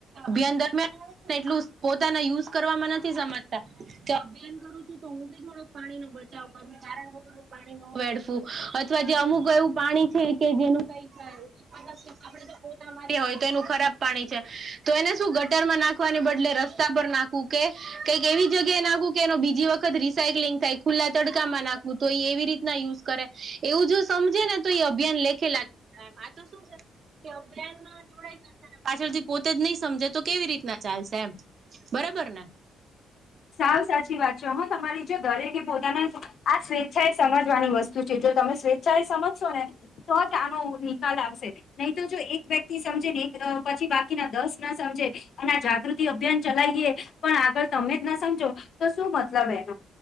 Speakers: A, on the right; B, on the left.
A: અભિયાન દરમિયાન આ એટલું પોતાના યુઝ કરવાવામાં નથી સમજતા કે અભિયાન કરું છું તો હું બી થોડક પાણીનો બચાવ કર કારણો વગર પાણી ન વેડફું અથવા જે અમુક એવું પાણી છે કે જેનું કઈ પોતાના માટે હોય તો એનું ખરાબ પાણી છે તો એને શું ગટરમાં નાખ નાખવાને બદલે રસ્તા પર નાખું કે કઈક એવી જગ્યાએ નાખું કે એનો બીજી વખત રિસાયકલિંગ થાય. ખુલ્લા તડકામાં નાખવું તો એ એવી રીતના યુઝ કરે એવું જો સમજે ને તો એ અભિયાન લેખે લાગે આતો શું છે અભયાનમાં જોડાય ગયા છે ને પાછળથી પોતે જ નહી સમજે તો કેવી રીતના ચાલશે એમ બરાબર ને.
B: સાવ સાચી વાત છે હ તમારી જો ઘરે કે પોતાના આ સ્વેચ્છાએ સમજવાની વસ્તુ છે જો તમે સ્વેચ્છાએ સમજશો ને તો જ આનો નિકાલ આવશે નહી તો જો એક વ્યક્તિ સમજે ને એક પછી બા દસ ના સમજે અને આ જાગૃતિ અભિયાન ચલાવીએ પણ આગળ તમે ના સમજો તો શું મતલબ એનો